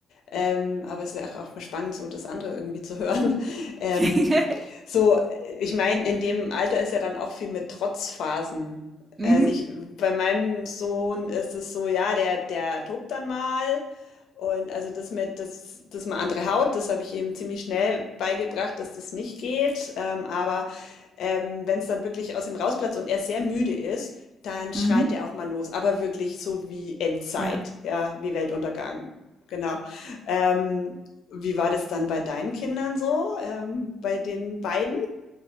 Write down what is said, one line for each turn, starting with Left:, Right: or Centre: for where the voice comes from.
Left: ähm, aber es ist ja auch, auch mal spannend, so das andere irgendwie zu hören. <laughs> Ähm,
Right: <laughs>
Left: so, äh, ich meine, in dem Alter ist ja dann auch viel mit Trotzphasen.
Right: mhm.
Left: Also ich, bei meinem Sohn ist es so, ja, der, der tobt dann mal. Und also das mit, das, das mal andere Haut, das habe ich ihm ziemlich schnell beigebracht, dass das nicht geht. Ähm, aber ähm, wenn es dann wirklich aus ihm rausplatzt und er sehr müde ist, dann schreit
Right: Mhm.
Left: er auch mal los. Aber wirklich so wie Endzeit,
Right: Ja,
Left: ja, wie Weltuntergang. Genau. Ähm, wie war das dann bei deinen Kindern so, ähm, bei den beiden?